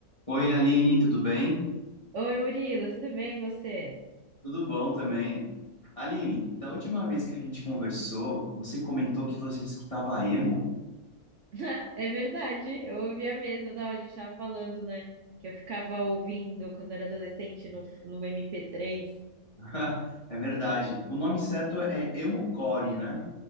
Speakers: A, on the left; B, on the right.
A: Oi, Aline, tudo bem?
B: Oi, Murilo, tudo bem você?
A: Tudo bom também. Aline, da última vez que a gente conversou, você comentou que você escutava emo.
B: <laughs> É verdade, eu ouvia mesmo, tava, a gente tava falando, né? Que eu ficava ouvindo quando era adolescente no, no MP3.
A: <laughs> É verdade. O nome certo é emo-core, né?